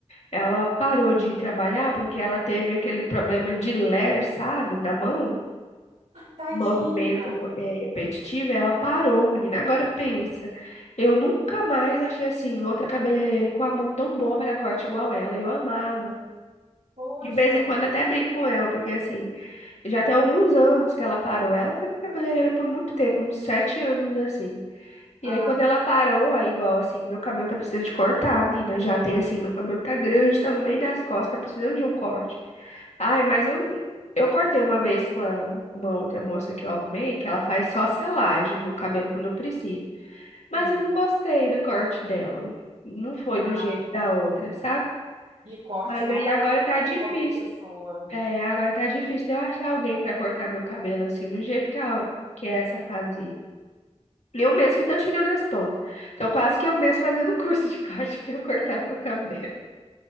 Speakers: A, on the left (about 70°); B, on the right (about 80°).
A: Ela parou de trabalhar porque ela teve aquele problema de ler, sabe, na mão.
B: Tadinha.
A: Movimento é, repetitivo, e ela parou, menina. Agora pensa, eu nunca mais achei assim outra cabeleireira com a mão tão boa para corte igual ela. E eu amava.
B: Poxa
A: De vez em quando
B: vida.
A: eu até brinco com ela, porque assim, já tem alguns anos que ela parou. Ela foi minha cabeleireira por muito tempo, uns sete anos assim. E
B: Ah,
A: aí quando ela parou, aí igual assim, meu cabelo tá precisando de cortar, menina. Já tem assim, meu cabelo tá grande, tá no meio das costas, tá precisando de um corte. Ai, mas eu, eu cortei uma vez com a- uma outra moça que eu arrumei, que ela faz só selagem no meu cabelo quando eu preciso. Mas
B: sim.
A: eu não gostei do corte dela. Não foi
B: Ah.
A: do jeito da outra, sabe?
B: E corte,
A: Mas
B: não
A: aí
B: dá
A: agora
B: pra cortar
A: tá difícil.
B: com qualquer pessoa.
A: É, agora tá difícil de eu achar alguém pra cortar meu cabelo assim, do jeito que, a, que essa fazia. Eu mesmo que tô tirando as pontas. Então, quase que eu mesmo fazendo <laughs> curso de corte <laughs> pra eu cortar meu cabelo.